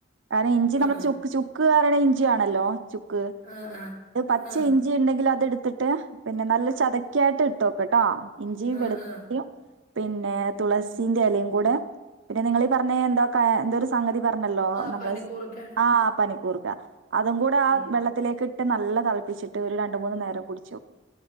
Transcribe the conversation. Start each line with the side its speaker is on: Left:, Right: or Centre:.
Right: കാരണം ഇഞ്ചി നമ്മള്
Left: ആ.
Right: ചുക്ക് ചുക്ക് പറയ്ണേ ഇഞ്ചി ആണല്ലോ. ക്ക്
Left: ആ, ആ.
Right: പച്ച
Left: ആ.
Right: ഇഞ്ച് ഇഞ്ചി ഉണ്ടെങ്കില് അതെട്ത്തിട്ട് പിന്നെ നല്ല ചതക്കായിട്ട് ഇട്ടോക്ക്ട്ടോ ഇഞ്ചിയും
Left: ആ,
Right: വെളുത്തുള്ളിം.
Left: ആ.
Right: പിന്നെ തുളസിന്റെ എലയും കൂടെ പിന്നെ നിങ്ങളീ പറഞ്ഞേ എന്താ എന്താ ഒര് സംഗതി പറഞ്ഞല്ലോ
Left: ആ
Right: നമ്മളെ
Left: പനിക്കൂർക്കയുടെ.
Right: ആഹ് പനിക്കൂർക്ക അതും കൂടെ
Left: ഉം.
Right: ആ വെള്ളത്തിലേക്ക് നല്ല തെളപ്പിച്ചിട്ട് ഒരു രണ്ട് മൂന്ന് നേരം കുടിച്ചോക്കി.